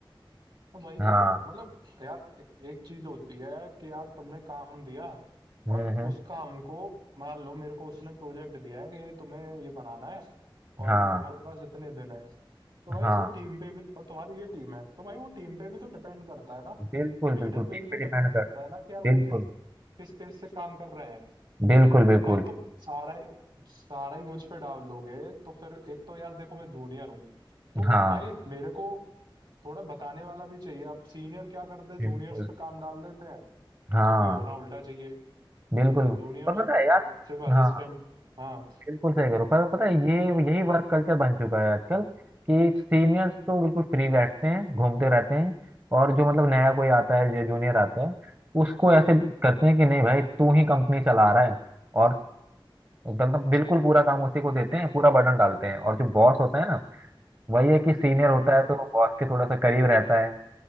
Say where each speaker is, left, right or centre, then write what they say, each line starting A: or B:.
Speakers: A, on the right; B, on the right.
A: वही
B: हाँ
A: तो मतलब यार ए- एक चीज होती है कि यार तुमने काम दिया
B: हम्म
A: और
B: हम्म
A: उस काम को मान लो मेरे को उसने प्रोजेक्ट दिया है कि ये तुम्हें ये बनाना है और
B: हाँ
A: ये तुम्हारे पास इतने दिन है तो भाई
B: हाँ
A: वो टीम पे भी तो, और तुम्हारी ये टीम है तो भाई वो टीम पे भी तो डिपेंड करता है ना
B: बिल्कुल
A: लीडर
B: बिल्कुल
A: पे
B: टीम
A: भी तो
B: पे डिपेंड
A: डिपेंड
B: कर
A: करता है ना कि यार वो
B: बिल्कुल
A: किस किस पेस से काम कर रहे हैं
B: बिल्कुल बिल्कुल
A: अब भाई तुम सारा ही सारा ही मुझ पे डाल दोगे तो फिर एक तो यार देखो मैं जूनियर हूँ तो
B: हाँ
A: भाई मेरे को थोड़ा बताने वाला भी चाहिए अब सीनियर क्या करते हैं जूनियर्स
B: बिल्कुल
A: पे काम डाल देते हैं
B: हाँ
A: जबकि होना उल्टा चाहिए
B: बिल्कुल
A: कि जूनियर
B: पर पता है यार
A: सिर्फ असिस्टेंट
B: हाँ
A: हाँ
B: बिल्कुल सही करो पर पता है ये यही वर्क कल्चर बन चुका है आजकल कि सीनियर्स तो बिल्कुल फ्री बैठते हैं घूमते रहते हैं और जो मतलब नया कोई आता है या जूनियर आता है उसको ऐसे करते हैं कि नहीं भाई तू ही कंपनी चला रहा है और मतलब बिल्कुल पूरा काम उसी को देते हैं पूरा बर्डन डालते हैं और जो बॉस होता है ना वही है कि सीनियर होता
A: हम्म
B: है तो बॉस के थोड़ा सा करीब रहता है